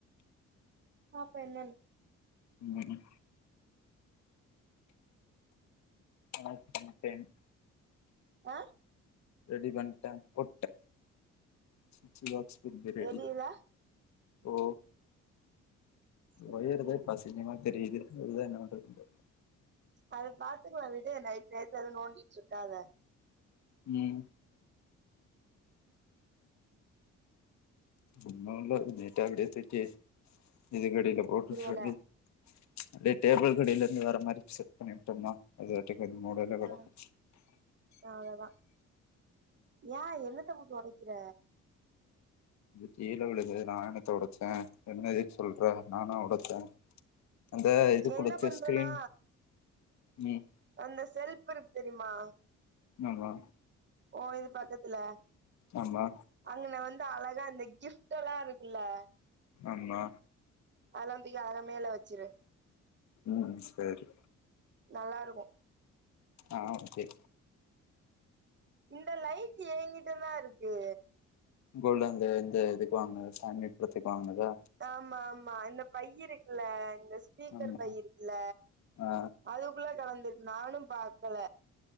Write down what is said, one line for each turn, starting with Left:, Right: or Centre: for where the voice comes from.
Right: பாப்போ என்னென்
Left: ம் ஆ பண்ட்டேன்
Right: ஆ
Left: ரெடி பண்ட்டே போட்டே சுச் பாக்ஸ் கு பே ரெடி
Right: எரியுதா
Left: ஓ
Right: சேரி
Left: ஒயருதா
Right: சேரி
Left: இப்ப அசிங்கமா தெரியுது அதுதா என்ன பண்றதுனு தெர்
Right: அத பாத்துக்கலா விடு நைட் நேரத்து எதுவு நோண்டிட்டுருக்காத
Left: ம் ஒன்னுல்ல நீட்டா அப்டியே தூக்கி இது க்கடில போட்டுட்டு
Right: புரியல
Left: அப்டியே டேபிள் கடில இருந்து வர மாரி செட் பண்ணிட்டோம்னா அதுபாட்டுக் அந்த மூலைல கடக்கு
Right: ஆ அவ்ளோதா ஏ என்னத்த போட்டு ஒடக்கிற
Left: கீழே விழுந்தது நா என்னத்த ஒடச்சே என்ன எதுக் சொல்ற நானா ஒடச்சே அந்த இது
Right: என்ன
Left: குடுத்து
Right: பண்றேன்னா
Left: ஸ்கிரீன் உம்
Right: அந்த செல்ப் இருக் தெரிமா
Left: ஆமா
Right: ஓ இது பக்கத்துல
Left: ஆமா
Right: அங்கன வந்து அழகா இந்த கிஃப்ட் ல்லா இருக்குல்ல
Left: ஆமா
Right: அதெல்லா தூக்கி அழகா மேல வச்சிரு
Left: ம் சேரி
Right: நல்லாருக்கு
Left: ஆ ஓகே
Right: இந்த லைட்டு ஏ கிட்ட தா இருக்கு
Left: கோல்டன்ல அந்த இதுக்குலா அங்க ஃபாமேட் குடுத்துருக்காங்கல
Right: ஆமா ஆமா இந்த பையி இருக்குல இந்த ஸ்பீக்கர்
Left: ஆமா
Right: பை இருக்குல
Left: ஆ
Right: அதுக்குள்ள கலந்திர்க் நானு பாக்ல